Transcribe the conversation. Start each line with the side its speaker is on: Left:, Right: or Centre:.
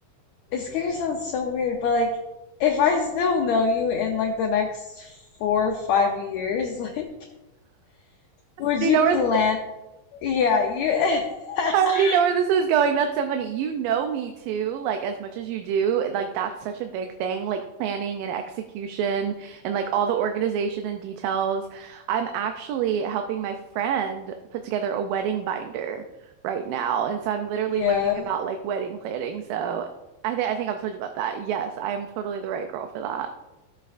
Left: it's gonna sound so weird, but like, if I still know you in like the next four or five years, <laughs> like, would
Right: Do you
Left: you
Right: know where
Left: plan?
Right: <laughs>
Left: Yeah, you. <laughs>
Right: I already know where this is going. That's so funny. You know me too, like as much as you do. Like that's such a big thing, like planning and execution and like all the organization and details. I'm actually helping my friend put together a wedding binder right now. And so I'm literally
Left: Yeah.
Right: learning about like wedding planning. So I think I think I've told you about that. Yes, I am totally the right girl for that.